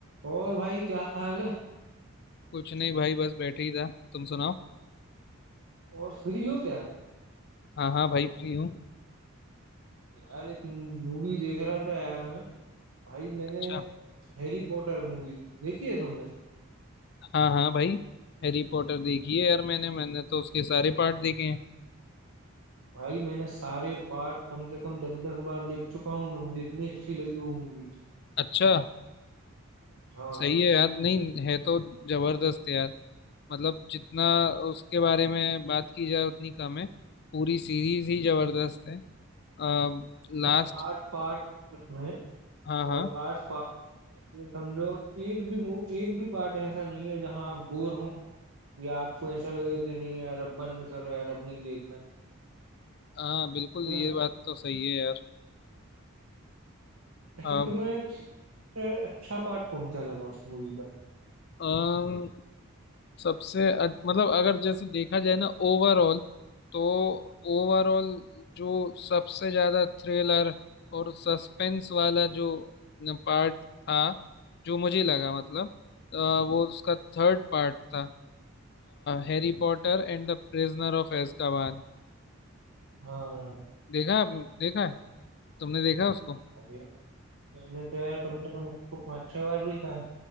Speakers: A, on the right (about 85°); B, on the left (about 50°).
A: और भाई क्या हाल है
B: कुछ नहीं भाई बस बैठे ही था तुम सुनाओ
A: और फ्री हो क्या
B: हाँ हाँ भाई फ्री हूँ
A: यार एक मूवी देख रहा था यार मैं भाई मैंने
B: अच्छा
A: हैरी पॉटर मूवी देखी है तुमने
B: हाँ हाँ भाई हैरी पॉटर देखी है यार मैंने मैंने तो उसके सारे पार्ट देखे हैं
A: भाई मैंने सारे पार्ट कम से कम दस दस बार देख चुका हूँ मैं मुझे इतनी अच्छी लगी वो मूवी
B: अच्छा
A: हाँ
B: सही है यार नहीं है तो जबरदस्त है यार मतलब जितना उसके बारे में बात की जाए उतनी कम है पूरी सीरीज ही जबरदस्त है आ,
A: मतलब
B: लास्ट
A: आठ पार्ट में
B: हाँ हाँ
A: और आठ पार्ट ये समझो एक भी मू- एक भी पार्ट ऐसा नहीं है जहाँ आप बोर हो या आपको ऐसा लगे कि नहीं यार अब बंद करो यार अब नहीं देखना
B: हाँ बिल्कुल
A: है
B: ये
A: ना
B: बात तो सही है
A: ऐसे
B: यार
A: तुम्हें सबसे अच्छा पार्ट कौन सा लगा उस मूवी का
B: अम, सबसे अ- मतलब अगर जैसे देखा जाए ना ओवरऑल तो ओवरऑल जो सबसे ज्यादा थ्रिलर और सस्पेंस वाला जो पार्ट था जो मुझे लगा मतलब अ, वो उसका थर्ड पार्ट था Harry Potter and the prisoner of Azkaban
A: हाँ
B: देखा आपने- देखा है तुमने देखा उसको
A: अरे मैंने तो यार कम से कम उसको पाँच छह बार भी कहा